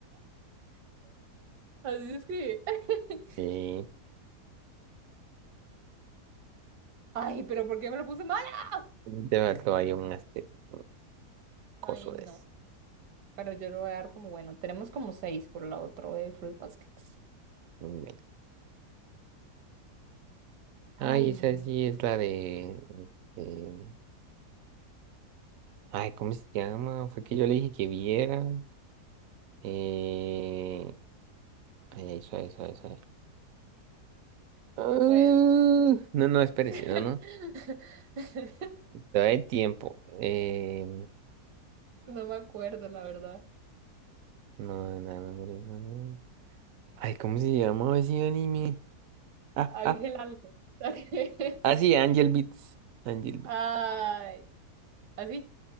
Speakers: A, on the right (about 80°); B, on the right (about 65°).
A: Así se escribe. <laughs>
B: Y
A: ¡Ay! ¿Pero por qué me lo puse mala?
B: <laughs> te faltó ahí <laughs> un este, un coso
A: Ay,
B: de
A: no.
B: eso.
A: Pero yo lo voy a dar como bueno. Tenemos como seis por la otra de Fruit Baskets.
B: Bueno.
A: Ay,
B: Ay, esa sí es la de. este, Ay, ¿cómo se llama? Fue que yo le dije que viera. Eh... Ay, ay, suave, suave, suave. Ah,
A: pues.
B: No, no, espérese,
A: <laughs>
B: no, no. Todavía hay tiempo. Eh...
A: No me acuerdo, la verdad.
B: No, no, no, no, no, no. Ay, ¿cómo se llama ese anime? Ah,
A: Ángel algo. <laughs>
B: Ah, sí, Angel Beats. Angel Beats.
A: Ay, así,